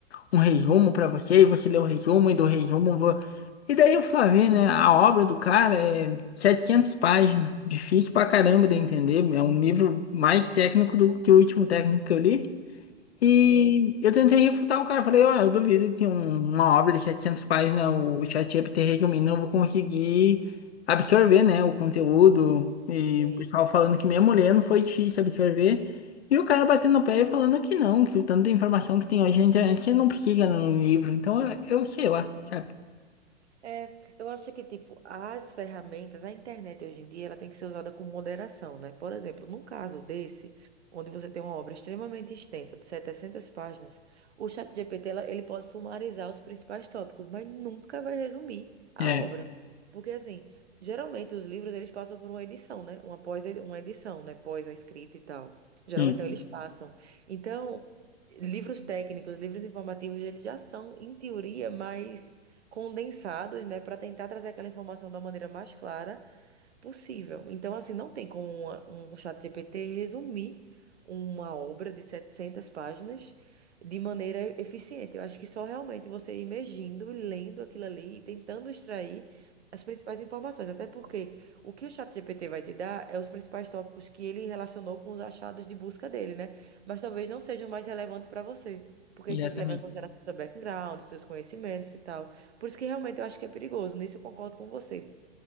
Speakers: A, on the left; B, on the right.
A: um resumo pra você, e você lê o resumo, e do resumo... vo-" E daí eu fui lá ver, né? A obra do cara é 700 páginas, difícil pra caramba de entender, é um livro mais técnico do que o último técnico que eu li. E
B: Gente,
A: eu tentei refutar o cara, falei, ó, eu duvido que um- uma obra de 700 páginas, o ChatGPT resumindo, eu vou conseguir absorver, né, o conteúdo, e
B: sim.
A: o pessoal falando que mesmo lendo foi difícil absorver, e o cara batendo o pé e falando que não, que o tanto de informação que tem hoje na internet, você não precisa no livro, então eu eu sei lá, sabe?
B: É, eu acho que, tipo, as ferramentas, a internet hoje em dia, ela tem que ser usada com moderação, né? Por exemplo, num caso desse, onde você tem uma obra extremamente extensa, de 700 páginas, o ChatGPT, ela- ele pode sumarizar os principais tópicos, mas nunca vai resumir a
A: É,
B: obra. Porque, assim, geralmente os livros, eles passam por uma edição, né? Uma pós, uma edição, né? Pós a escrita e tal. Geralmente,
A: sim,
B: não, eles passam. Então, livros técnicos, livros informativos, eles já são, em teoria, mais condensados, né, para tentar trazer aquela informação da maneira mais clara possível. Então, assim, não tem como uma- um chat GPT resumir uma obra de 700 páginas de maneira eficiente. Eu acho que só realmente você imergindo e lendo aquilo ali e tentando extrair as principais informações. Até porque o que o chat GPT vai te dar é os principais tópicos que ele relacionou com os achados de busca dele, né? Mas talvez não sejam mais relevantes para você. Porque
A: exatamente.
B: você tem que levar em consideração seu background, seus conhecimentos e tal. Por isso que realmente eu acho que é perigoso. Nisso eu concordo com você.